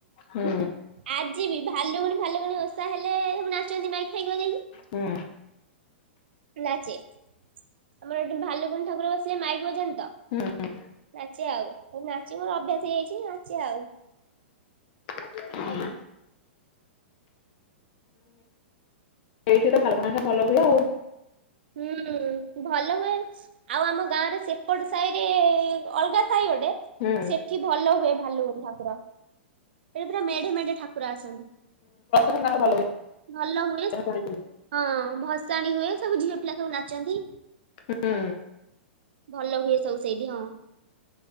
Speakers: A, on the left; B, on the right.
A: ହୁଁ
B: <inaudible> ଆଜି ବି ଭାଲୁକୁଣି ଫାଲୁକୁଣୀ ଓଷା ହେଲେ ନାଚନ୍ତି ମାଇକ୍ ଫାଇକ୍ ବଜାଇକକି।
A: ହୁଁ।
B: ନାଚେ ଆମର ଏଠି ଭାଲୁକୁଣୀ ଠାକୁର ବସିଲେ ମାଇକ୍ ବଜାନ୍ତି ତ।
A: ହୁଁଁ।
B: ନାଚେ ଆଉ, ନାଚି ମୋର ଅଭ୍ୟାସ୍ ହେଇଯାଇଚି ନାଚେ ଆଉ।
A: <inaudible> ହଁ ଏଇଠି ତ ଭାଲୁକୁଣୀ ଭଲ ହୁଏ ଆଉ।
B: ହୁଁ ଭଲ ହୁଏ ଆଉ ଆମ ଗାଁରେ ସେପଟ ସାହିରେ ଅଲଗା ସାଇ ଗୋଟେ
A: ହୁଁ।
B: ସେଠି ଭଲ ହୁଏ ଭାଲୁକୁଣୀ ଠାକୁର। ଏଇଠି ପୁରା ମେଢେ ମେଢେ ଠାକୁର ଆସନ୍ତି।
A: <unintelligible>
B: ଭଲ ହୁଏ <unintelligible>
A: ମୁଁ ଶୁଣିଥିଲି
B: ହଁ ଭସାଣି ହୁଏ ସବୁ ଝିଅ ପିଲା ସବୁ ନାଚନ୍ତି।
A: ହୁଁ।
B: ଭଲ ହୁଏ ସବୁ ସେଇଠି ହଁ